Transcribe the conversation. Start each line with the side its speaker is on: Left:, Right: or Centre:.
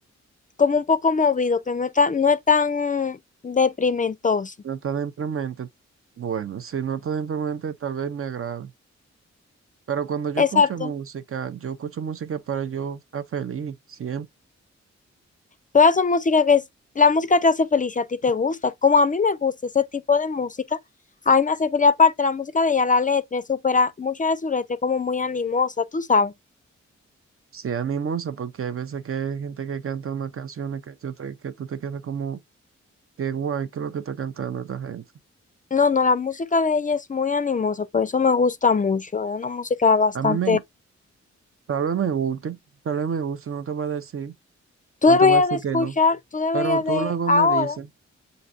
Left: como un poco movido, que no es tan, no es tan deprimentoso.
Right: No tan deprimente. Bueno, si no tan deprimente, tal vez me agrada. Pero cuando yo
Left: Exacto.
Right: escucho música, yo escucho música para yo estar feliz, siempre.
Left: Todas son música que es, la música te hace feliz y a ti te gusta. Como a mí me gusta ese tipo de música, a mí me hace feliz. Aparte, la música de ella, la letra, es supera muchas de sus letras es como muy animosa, tú sabes.
Right: sea animosa, porque hay veces que hay gente que canta unas canciones que, yo te- que tú te quedas como, qué guay, qué es lo que está cantando esta gente.
Left: No, no, la música de ella es muy animosa, por eso me gusta mucho. Es una música bastante...
Right: A mí me, tal vez me guste, tal vez me guste, no te voy a decir,
Left: Tú
Right: no
Left: deberías
Right: te voy a decir
Left: de escuchar,
Right: que no.
Left: tú deberías
Right: Pero tú
Left: de
Right: luego
Left: ahora,
Right: me dices,